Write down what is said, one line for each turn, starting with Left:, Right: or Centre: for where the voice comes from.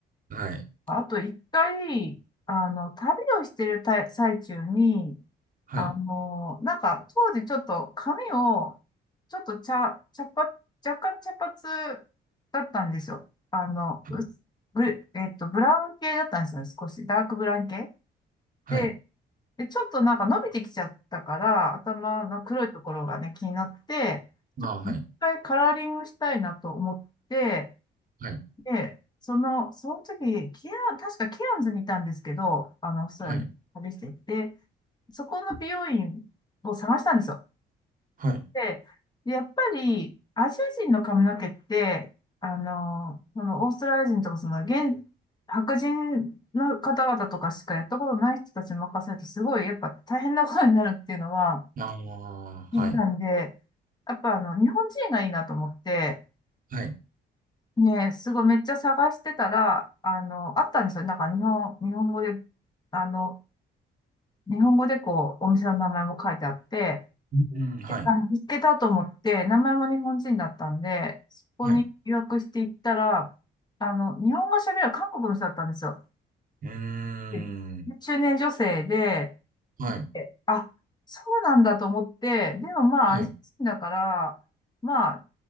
Right: はい。
Left: あと一回、あの、旅をしてるた最中に、
Right: はい。
Left: あの、なんか当時ちょっと髪を、ちょっと茶、茶髪、若干茶髪だったんですよ。あの、
Right: はい。
Left: うすブえっと、ブラウン系だったんですよね、少し。ダークブラウン系。
Right: はい。
Left: で、で、ちょっとなんか伸びてきちゃったから、頭の黒いところがね、気になって、ちょっと一回カラーリングしたいなと思って、
Right: ああ、はい。はい。
Left: で、その、その時、ケア確かケアンズにいたんですけど、あの、オーストラリアに旅していて、
Right: はい。
Left: そこの美容院を探したんですよ。
Right: はい。
Left: で、でやっぱり、アジア人の髪の毛って、あの、そのオーストラリア人とか、その現、白人の方々とかしかやったことない人たちに任せると、すごい、やっぱ大変なことになるっていうのは
Right: ああ、
Left: 聞いてたんで、
Right: はい。
Left: やっぱあの、日本人がいいなと思って、
Right: はい。
Left: ね、すごいめっちゃ探してたら、あの、あったんですよ。なんか日本、日本語で、あの、日本語でこう、お店の名前も書いてあって、
Right: うん、はい。
Left: あ見つけたと思って、名前も日本人だったんで、そこに予約していったら、
Right: はい。
Left: あの、日本語喋る韓国の人だったんですよ。
Right: うー
Left: でで中年女性で、
Right: ん。はい。
Left: えあ、そうなんだと思って、でもまあ、
Right: はい。
Left: アジア人だから、まあ、